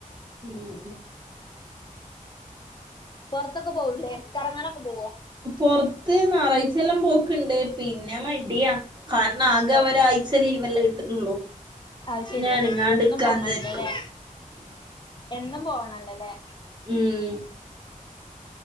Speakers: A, on the right; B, on the left.
A: ഉം
B: പുറത്തൊക്കെ പോവൂല്ലേ കറങ്ങാനൊക്കെ പോവോ?
A: പുറത്ത് ഞായറാഴ്ച എല്ലാം പോക്ക്ണ്ട് പിന്നെ മടിയാ കാരണം ആകെ
B: ഏ
A: അവര സെ ലീവല്ല കിട്ടുന്നുള്ളൂ
B: അത്
A: പിന്നെ
B: ശരിയാ
A: അനങ്ങാണ്ട്ക്കാ
B: എന്നും പോണല്ലോല്ലേ
A: വിചാരിക്കും
B: എന്നും പോണല്ലോല്ലേ
A: ഇം